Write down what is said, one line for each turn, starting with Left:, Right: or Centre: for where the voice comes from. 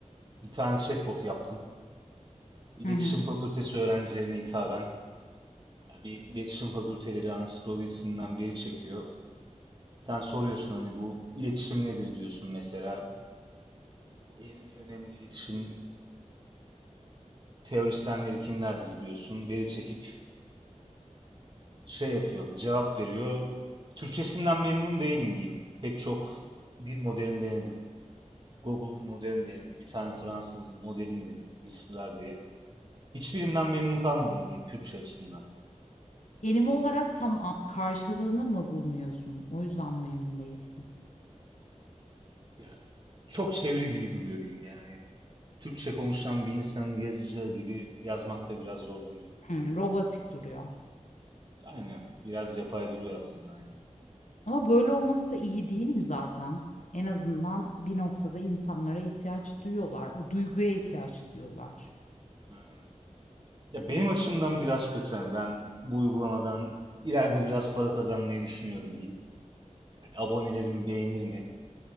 Right: Bir tane chatbot yaptım. İletişim
Left: Hı hı.
Right: Fakültesi öğrencilerine hitaben. Yani bir iletişim fakülteleri ansiklopedisinden veri çekiyor. Sen soruyorsun hani bu iletişim nedir diyorsun mesela. En önemli iletişim teorisyenleri kimlerdir diyorsun. Veri çekip şey yapıyor, cevap veriyor. Türkçesinden memnun değilim diyeyim. Pek çok dil modelini denedim. Google'un modelini denedim. Bir tane Fransız modelini denedim. Mistral diye. Hiçbirinden memnun kalmadım diyeyim Türkçe açısından.
Left: Kelime olarak tam a karşılığını mı bulmuyorsun? O yüzden mi memnun değilsin?
Right: Ya, çok çeviri gibi duruyor diyeyim yani. Türkçe konuşan bir insanın yazacağı gibi yazmakta biraz zorlanıyor.
Left: Hımm, robotik duruyor.
Right: Aynen. Biraz yapay duruyor aslında. Aynen.
Left: Ama böyle olması da iyi değil mi zaten? En azından bir noktada insanlara ihtiyaç duyuyorlar. O duyguya ihtiyaç duyuyorlar.
Right: Aynen. Ya benim açımdan biraz kötü hani ben bu uygulamadan ileride biraz para kazanmayı düşünüyorum diyeyim. Yani abonelerimi beğenir mi?